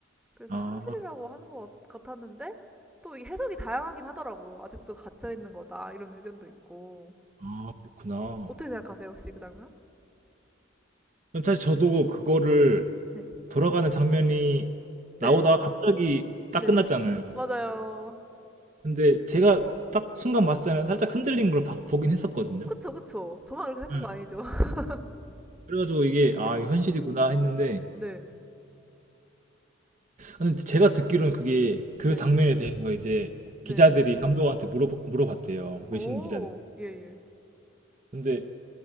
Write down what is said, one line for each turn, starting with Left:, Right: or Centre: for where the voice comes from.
Centre: 그래서
Right: 아.
Centre: 현실이라고 하는 것 같- 같았는데 또 이게 해석이 다양하긴 하더라고요. 아직도 갇혀 있는 거다 이런 의견도 있고
Right: 아 그렇구나.
Centre: 어떻게 생각하세요 혹시 그 장면?
Right: 사실 저도 그거를
Centre: 네,
Right: 돌아가는 장면이
Centre: 네,
Right: 나오다가 갑자기 딱
Centre: 네,
Right: 끝났잖아요.
Centre: 맞아요.
Right: 근데 제가 딱 순간 봤을 때는 살짝 흔들린 걸 봐- 보긴 했었거든요.
Centre: 그쵸, 그쵸. 저만 그렇게 생각한
Right: 음.
Centre: 거 아니죠? <laughs>
Right: 그래 가지고 이게 '아
Centre: 네.
Right: 이거 현실이구나.' 했는데
Centre: 네,
Right: 근데 제가 듣기로는 그게 그
Centre: 네.
Right: 장면에 대해서 이제
Centre: 네.
Right: 기자들이 감독한테 물어 물어봤대요,
Centre: 오,
Right: 외신 기자들이.
Centre: 예, 예.
Right: 근데